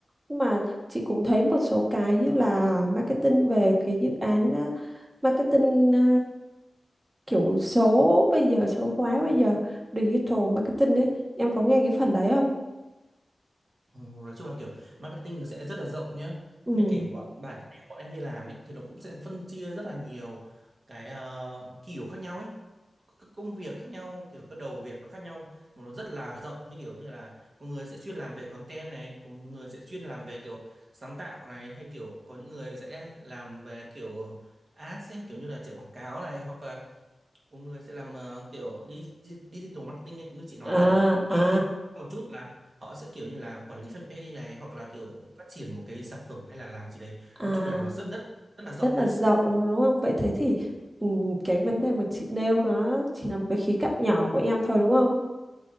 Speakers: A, on the right; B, on the right.
A: Nhưng mà chị cũng thấy một số cái như là marketing về cái dự án á, marketing ờ, kiểu số bây giờ số hóa bây giờ digital marketing đấy em có nghe cái phần đấy không
B: Ồ, nói chung là kiểu marketing nó sẽ rất là rộng nhá
A: ừ
B: ngay kể bọn bản thân em bọn em đi làm ấy thì nó cũng sẽ phân chia rất là nhiều cái ờ, kiểu khác nhau ấy các công việc khác nhau kiểu các đầu việc nó khác nhau mà nó rất là rộng như kiểu như là có người sẽ chuyên làm về content này có người sẽ chuyên làm về kiểu sáng tạo này hay kiểu có những người sẽ làm về kiểu ads ấy, kiểu như là chạy quảng cáo này hoặc là có người sẽ làm ờ, kiểu đi- đi- digital marketing ấy, cũng như chị nói
A: à
B: kiểu
A: à
B: sẽ hơi khác một chút là họ sẽ kiểu như là quản lý fanpage này hoặc là kiểu phát triển một cái sản phẩm hay là làm gì đấy
A: à
B: nói chung là nó rất rất rất là rộng
A: rất là
B: đấy
A: rộng đúng không? Vậy thế thì ừ, cái vấn đề mà chị nêu nó chỉ là một cái khía cạnh nhỏ của em thôi đúng không?